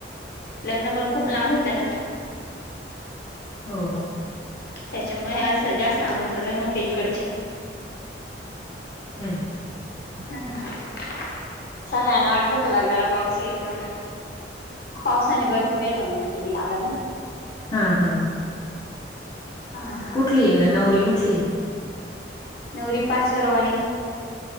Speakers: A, on the left; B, on the left.
A: लग्न पण खूप लांब होतं ना.
B: हो हो.
A: त्याच्यामुळे असं जास्त आमंत्रण नव्हते इकडचे
B: हम्म
A: सगळ्यां ना वाटलं होत लग्नाला पाऊस येईल पण पावसाने बरीच मेहरबानी केली आलाने
B: हा हा.
A: नाही.
B: कुठली नवरी कुठली?
A: नवरी पाचोरवानी